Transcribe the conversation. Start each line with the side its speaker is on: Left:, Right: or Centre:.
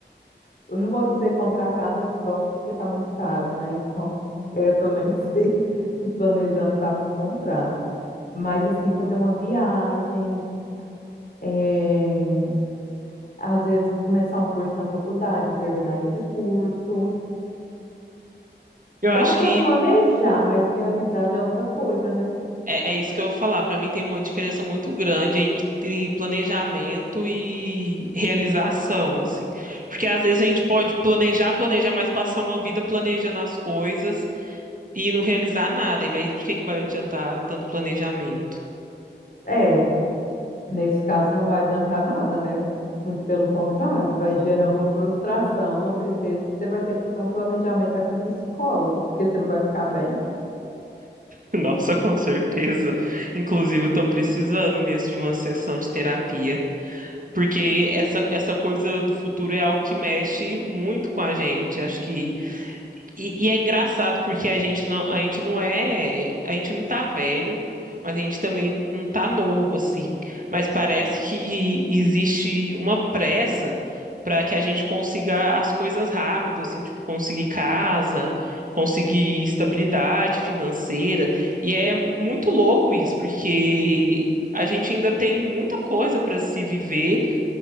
Left: Eu não vou dizer comprar casa própria, porque está muito caro, né? Então, <laughs> essa eu nem <laughs> sei se planejando dá para comprar. Mas, assim, fazer uma viagem, é, às vezes começar um curso na faculdade, terminar esse curso.
Right: Eu
Left: Dá
Right: acho
Left: para
Right: que
Left: planejar, mas realizar já é outra coisa, né?
Right: é, é isso que eu vou falar. Para mim tem uma diferença muito grande entre planejamento e realização, assim. Porque às vezes a gente pode planejar, planejar, mas passar uma vida planejando as coisas e não realizar nada. E vai, de que que vai adiantar tanto planejamento?
Left: É, Nesse caso, não vai adiantar nada, né? Muito
Right: <laughs>
Left: pelo contrário, vai gerar uma frustração, uma tristeza, e você vai ter que fazer um planejamento até com um psicólogo, porque você não vai ficar bem.
Right: Nossa, com certeza. Inclusive, eu tô precisando mesmo de uma sessão de terapia, porque essa, essa coisa do futuro é algo que mexe muito com a gente. Acho que E, e é engraçado porque a gente não, a gente não é, a gente não tá velho, mas a gente também não tá novo, assim. Mas parece que existe uma pressa para que a gente consiga as coisas rápido, assim, tipo, conseguir casa, conseguir estabilidade financeira. E é muito louco isso, porque a gente ainda tem muita coisa para se viver